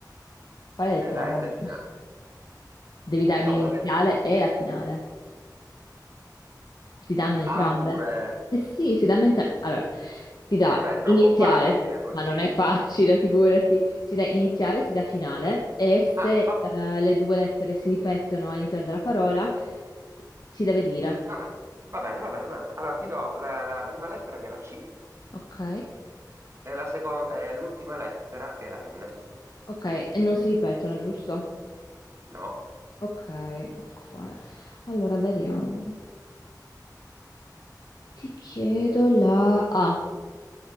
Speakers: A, on the left; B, on the right.
A: lettera
B: è la
A: bonus?
B: N finale.
A: Devi darmi
B: Ti do
A: l'iniziale
B: una lettera
A: e la finale. Si danno entrambe?
B: A pure.
A: Eh sì, si danno entrambi. Allora, si dà
B: Eh beh, è troppo
A: Iniziale,
B: facile così.
A: ma non è facile, figurati. si dà iniziale, si dà finale e se
B: Ah, va,
A: eh, le due lettere si ripetono all'interno della parola, si deve dire.
B: va bene, va bene, va bene, va bene. Allora ti do la, la prima lettera che è la C
A: Ok?
B: e la seco- e l'ultima lettera che è la N.
A: Ok, e non si ripetono, giusto?
B: No,
A: Ok, ok. Allora, vediamo. Ti chiedo la A.